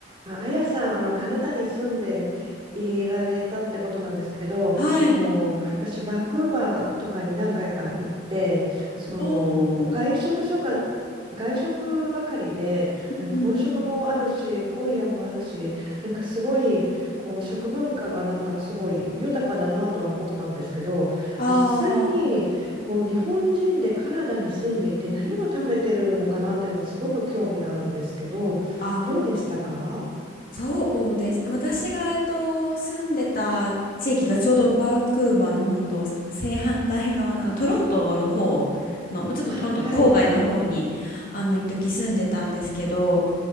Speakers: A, on the right; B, on the left.
A: あ、あやさん、あの、カナダに住んでいられたってことなんですけど、
B: はい。
A: あの、私、バンクーバーとかに何回か行って、その、
B: おーん。
A: 外食所が、外食ばかりで、
B: うんうんうん。
A: まあ日本食もあるし、コリアンもあるし、なんかすごい、こう、食文化がなんかすごい豊かだなとは思ったんですけど、
B: あ
A: 実際に、
B: あ、
A: こう、日本人でカナダに住んでいて何を食べてるのかなっていうのはすごく興味があるんですけど、
B: うん。あ、
A: どうでしたか
B: そうですね。私が、えっと、住んでた地域がちょうどバンクーバーの本当正反対側の、あのトロントの方の、もうちょっとトロントの郊外の方に、
A: あ、はい。
B: あの、一時住んでたんですけど、